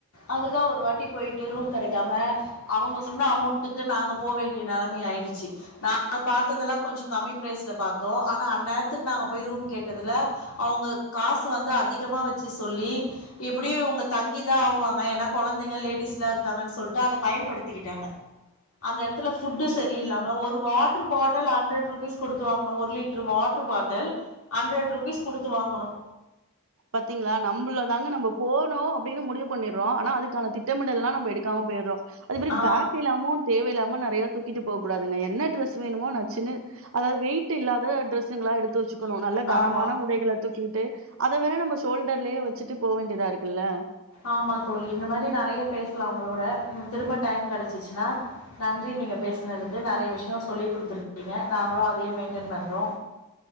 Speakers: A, on the left; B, on the right.
A: அதுதா ஒரு வாட்டி போய்ட்டு ரூம் கெடைக்காம அவங்க சொன்ன அமௌண்ட்டுக்கு நாங்க போ வேண்டிய நெலமை ஆயிடுச்சு நா பாத்ததெல்லா கொஞ்சோ கம்மி ப்ரைஸ்ல பாத்தோ ஆனா அந்நேரத்துக்கு நாங்க போய் ரூம் கேட்டதுல அவங்க காசு வந்து அதிகமா வச்சு சொல்லி எப்டியோ இவங்க தங்கிதா ஆவுவாங் க ஏன்னா கொழந்தைங்க லேடிஸ்லா இருக்காங்கன்னு சொல்ட்டு அத பயன்படுத்திக்கிட்டாங்க அந்த எடத்துல ஃபுட்டு செரியில்லாம ஒரு வாட்டர் பாட்டல் ஹண்ட்ரட் ருபீஸ் குடுத்து வாங்னோ ஒரு litre water bottle hundred rupees குடுத்து வாங்னோ
B: பாத்தீங்களா நம்மளதாங்க நம்ம போனு அப்டின்னு முடிவு பண்ணிறோ ஆனா அதுக்கான திட்டமிடெல்லா நம்ப எடுக்காம போயிறோ அது மாரி
A: ஆ
B: பேக் எல்லாமோ தேவையில்லாம நெறய தூக்கிட்டு போ கூடாதுங்க என்ன ட்ரெஸ் வேணுமோ நச்சுன்னு அதாது வெயிட் இல்லாத டிரெஸ்ங்கெல்லா எடுத்து வெச்சு க்கணு நல்ல கனமான
A: ஆமா
B: உடைகள தூக்கிட்டு அத வேற நம்ம ஷோல்டர்லயே வச்சுட்டு போ வேண்டியதா இருக்குல்ல
A: ஆமா தோழி இந்த மாரி நெறய பேசலா உங்களோட திரும்ப டைம் கெடச்சிச்சுன்னா நன்றி நீங்க பேசுனதுக்கு நெறய விஷயோ சொல்லி் குடுத்துருக்கீங்க நாங்களு அதயே மெயின்டென் பண்றோ